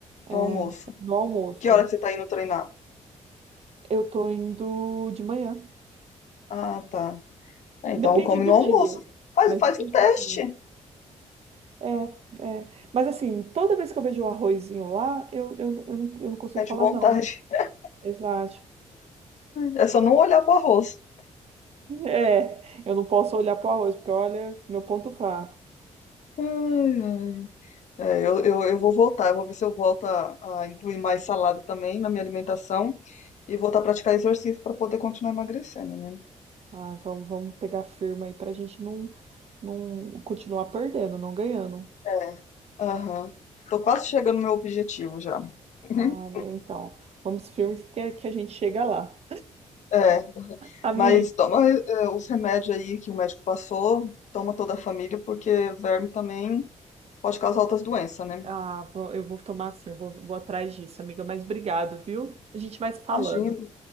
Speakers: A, on the left (about 65°); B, on the right (about 55°).
A: No
B: é,
A: almoço.
B: no almoço.
A: Que hora que você tá indo treinar?
B: Eu tô indo de manhã.
A: Ah, tá. É, então
B: Depende
A: come
B: do
A: no almoço.
B: dia,
A: Faz,
B: mas
A: faz
B: depende
A: um teste.
B: do dia. É, é. Mas assim, toda vez que eu vejo o arrozinho lá, eu, eu, eu, não, eu não consigo
A: Sente
B: falar
A: vontade.
B: não.
A: <laughs>
B: Exato.
A: É só não olhar pro arroz.
B: É, eu não posso olhar pro arroz, porque olha, meu ponto fraco.
A: Ai, ai. É, eu, eu, eu vou voltar. Eu vou ver se eu volto a, a incluir mais salada também na minha alimentação. E voltar a praticar exercício para poder continuar emagrecendo, né?
B: Ai, vamos, vamos pegar firma aí pra gente não, não continuar perdendo, não ganhando.
A: É. Aham. Tô quase chegando no meu objetivo já. <laughs>
B: Ah, bem, então, vamos filmes que, é- que a gente chega lá.
A: É.
B: Amiga,
A: Mas toma eh, os remédios aí que o médico passou, toma toda a família, porque verme também pode causar outras doenças, né?
B: ah, vou- eu vou tomar assim, eu vou, vou atrás disso, amiga, mas obrigado, viu? A gente vai se falando.
A: Imagino.